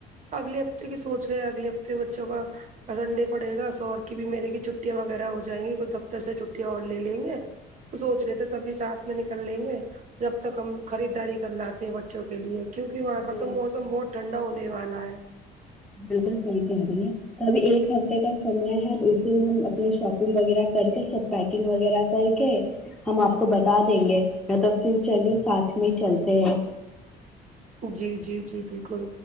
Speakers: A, on the right; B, in the centre.
A: اگلے ہفتے کی سوچ رہے ہیں اگے ہفتے بچوں کا سنڈے پڑے گا شوہر کی بھی مہنے کی چھٹیاں وغیرہ ہو جائیں گی تو دفتر سے چھٹیاں اور لے لیں گے سوچ رہے تھے سبھی ساتھ میں نکل لیں گے جب تک ہم خریداری کر لاتے ہیں بچوں کے لیے کیونک وہاں کا
B: بالکل
A: تو موسم بہت ٹھنڈا ہونے والا ہے
B: بالکل صحیح کہہ رہی ہے ابھی ایک ہفتے کا سمے ہے تو اسی میں ہم اپنی شاپنگ وغیرہ کر کے سب پیکنگ وغیرہ کر کے ہم آپ کو بتا دیں گے نہ تو پھر چلے ساتھ میں چلتے ہیں
A: جی جی جی بالکل